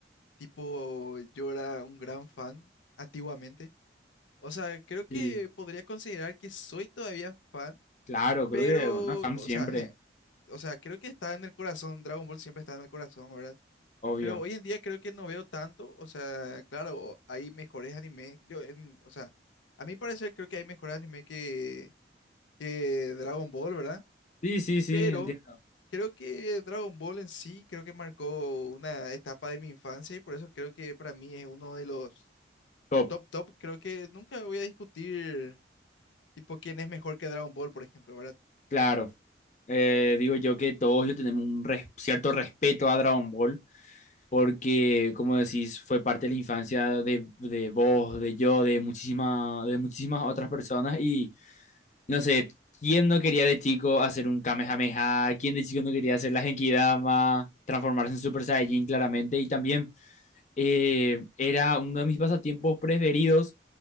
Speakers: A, on the left; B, on the left.
A: tipo, yo era un gran fan antiguamente. O sea, creo que
B: Sí,
A: podría considerar que soy todavía fan,
B: claro, creo
A: pero,
B: que una fan
A: o
B: siempre,
A: sea, <laughs> o sea, creo que está en el corazón, Dragon Ball siempre está en el corazón, ¿verdad?
B: obvio.
A: Pero hoy en día creo que no veo tanto, o sea, claro, hay mejores animes, yo en, o sea, a mi parecer creo que hay mejores animes que, que Dragon Ball, ¿verdad?
B: Sí, sí, sí,
A: Pero
B: entiendo.
A: creo que Dragon Ball en sí creo que marcó una etapa de mi infancia y por eso creo que para mí es uno de los
B: Top.
A: top top, creo que nunca voy a discutir tipo quién es mejor que Dragon Ball, por ejemplo, ¿verdad?
B: Claro. Eh, digo yo que todos le tenemos un res- cierto respeto a Dragon Ball. porque, como decís, fue parte de la infancia de, de vos, de yo, de, muchísima, de muchísimas otras personas y, no sé, ¿quién no quería de chico hacer un Kamehameha? ¿Quién de chico no quería hacer la Genkidama? Transformarse en Super Saiyajin claramente y también eh, era uno de mis pasatiempos preferidos